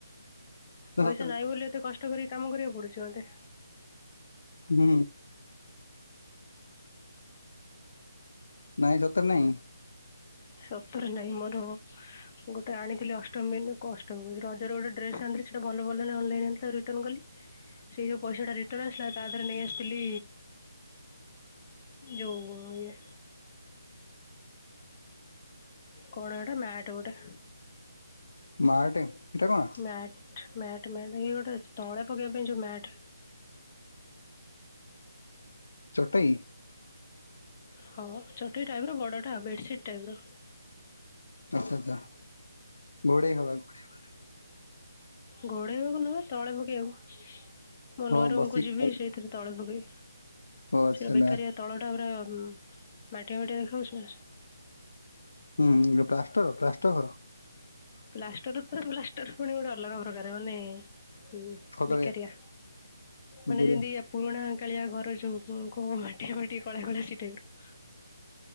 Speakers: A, on the left; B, on the left.
A: ନା
B: ପଇସା
A: ସତରେ
B: ନହିଁ ବୋଲି ଏତେ କଷ୍ଟ କରି କାମ କରିବାକୁ ପଡ଼ୁଚି ମତେ।
A: ହୁଁ। ନାଇଁ ସତରେ ନାହିଁ?
B: ସତରେ ନାହିଁ ମୋର। ଗୋଟେ ଆଣିଥିଲି ଅଷ୍ଟମୀ ବିନ୍ଦୁ କଷ୍ଟ ହୁଏ। ରଜରେ ଗୋଟେ ଡ୍ରେସ୍ ଆଣିଥିଲି ସେଟା ଭଲ ପଡ଼ିଲାନି, ଅନଲାଇନ୍ ଆଣିଥିଲି ତାକୁ ରିଟର୍ଣ କଲି। ସେଇ ଯୋଉ ପଇସାଟା ରିଟନ୍ ଆସିଲା ତା ଧେରେ ନେଇ ଆସିଥିଲି ଯୋଉ ଇଏ କଣ ହେଟା ମ୍ୟାଟ୍ ଗୋଟେ।
A: ମାଟେ ଏଟା କଣ?
B: ମ୍ୟାଟ୍ ମ୍ୟାଟ୍ ମ୍ୟାଟ୍ ଏଇ ଗୋଟେ ତଳେ ପକେଇବା ପାଇଁ ଯୋଉ ମ୍ୟାଟ୍।
A: ଚଟେଇ?
B: ହଁ ଚଟେଇ ଟାଇପ୍ ର ବଡ଼ଟା ବେଡସିଟ୍ ଟାଇପ୍ ର।
A: ଆଚ୍ଛା ଆଚ୍ଛା ଘୋଡ଼େଇ ହବା ଘୋଡ଼େଇ ହ
B: ଘୋଡ଼େଇ ହବାକୁ ନୁହେଁ ତଳେ ପକେଇବାକୁ ମୋ
A: ହଉ
B: ନୂଆ ରୁମ୍
A: ବସିକି
B: କୁ ଯିବି
A: ଖାଇ
B: ସେଇ ତେରେ ତଳେ ପକେଇ
A: ଓ ଆଚ୍ଛା
B: ସେରା ବେକାରିଆ
A: ନା
B: ତଳଟା ପୁରା ମାଟିଆ ଫଟିଆ ଦେଖାହଉଛି ନା।
A: ଉଁ ଯୋଉ ପ୍ଲାଷ୍ଟର ପ୍ଲାଷ୍ଟ ଘର?
B: ପ୍ଲାଷ୍ଟର ତ ପ୍ଲାଷ୍ଟର ଫୁଣି ଗୋଟେ ଅଲଗା ପ୍ରକାର ମାନେ ହୁଁ
A: ଖଦଡିଆ
B: ବେକାରଆ
A: ଖଦଡିଆ
B: ମାନେ ଯେନ୍ତି ଆ ପୁରୁଣା କାଳିଆ ଘର ଯୋଉ ଙ୍କ ମାଟିଆ ମାଟି କଳା କଳା ସେଇ ଟାଇପ୍ ର।